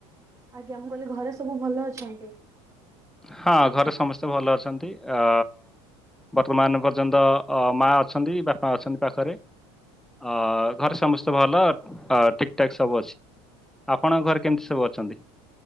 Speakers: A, on the right; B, in the centre.
A: ଆଜ୍ଞା ମୁଁ କହିଲି ଘରେ ସବୁ ଭଲ ଅଛନ୍ତି?
B: ହଁ ଘରେ ସମସ୍ତେ ଭଲ ଅଛନ୍ତି। ଅ ବର୍ତ୍ତମାନ ପର୍ଯ୍ୟନ୍ତ ଅ ମା ଅଛନ୍ତି ବାପା ଅଛନ୍ତି ପାଖରେ। ଅ ଘରେ ସମସ୍ତେ ଭଲ ଠିକଠାକ୍ ସବୁ ଅଛି। ଆପଣଙ୍କ ଘରେ କେମିତି ସବୁ ଅଛନ୍ତି?